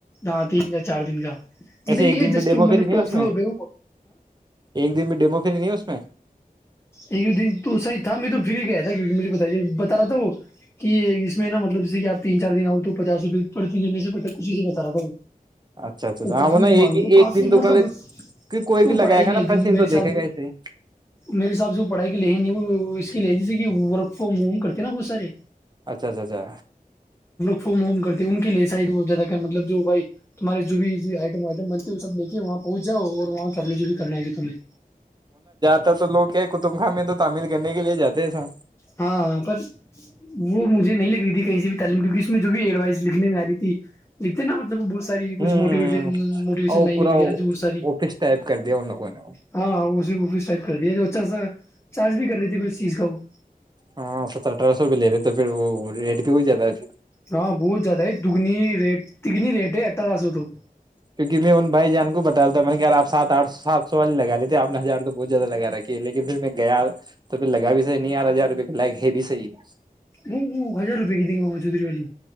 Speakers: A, on the left; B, on the right.
A: ہ تین ج چار دن کا
B: ایسے
A: ادھر
B: ایک
A: یہ
B: دن میں
A: جسٹ
B: ڈیمو
A: مطلب
B: پری نہیں
A: ٹاپ
B: ہے اس
A: فلور
B: میں
A: پہ
B: ایک دن میں ڈیمو پری نہیں ہے اس میں
A: ای دن تو ساہ تھا میں تو پھرری گیا تھا کیکہ مجھے بتائی بتا رہا تھا وہ کہ اسس میں نا مطلب جیس کہ آپ تین چارن آؤ تو پچس روپےڑتی جنے سے پ کچھ سے بتا رہا تھا
B: اچھا اچھا
A: تو کافی
B: ہاں نا
A: یوں مانگ
B: یہ ہی
A: رہے
B: ایک
A: کافی
B: دن تو
A: مطلب
B: پہلے کی کوئی
A: وہ
B: بھی لگائے
A: پڑھائی
B: گا
A: کے لیے
B: نا پچ دن
A: میرے
B: تو
A: حساب
B: دیکھے گا
A: سے
B: ایسے ہی
A: میرے حساب سے وہ پڑھائی کے لے ہے نہیں وہ اس کے لیے جیسے کہ ورک فرام ہوم کرتے نا بہت سارے
B: اچھا اچھا اچھا
A: ف وم کرتے ان کی لیے سائڈ زیادہ مطلب جو بائی تمہارے جو بھی آٹم وائٹم بنتی ہے وہ سب لے کے وہاں پہنچ جاؤ اور وہاں کرنے جو بھی کرنا ہے کہ تمہیں
B: ا تو لو کیا کطب خاہ میں تو تامل کرنے کے لیے جاتے سا
A: ہاں پر وہ مجھے نہیں لگ رہی تھی کہیں بھی تعلیم کیونکہ اس میں جو بھی ایڈوائز لکھنے میں آ رہی تھی لکھتے نا مطلب بہت ساری کچھ
B: ہ ہ
A: موٹیویشن موٹیویشن
B: اور وہ
A: لن
B: پورا
A: وغیرہ جو بہت ساری
B: آفس ٹائپ کر دیا ان لوگوں نے
A: ہاں کر دیا جو اچھا سا چارج بھی کر رہی تھی ک اس چیز کا کو وہ
B: ہاں ست اٹھہ سو پہ لے رہے تو پھر وہ پ ہو جاتا ہےھر
A: ہاں بہت زیادہ ہے دگنی ریٹ تکگنی ریٹ ہے اٹھاراس ہو تو
B: کیونک میں ان بھائی جان کو بتا دیتا تھا میںط نے ی آپ سات آٹ سو سات سو والے لگا لیتے آپ نے ہزار تو بہت زیادہ لگا رکھی ہے لیکن پھر میں گیا تو پھر لگا بھی صحی نہیں ار ہزار روپئے کا لائگ ہے بھی صحی ہے <inaudible>
A: ہ ہزار روپئے کی تیں گ ما چودری والی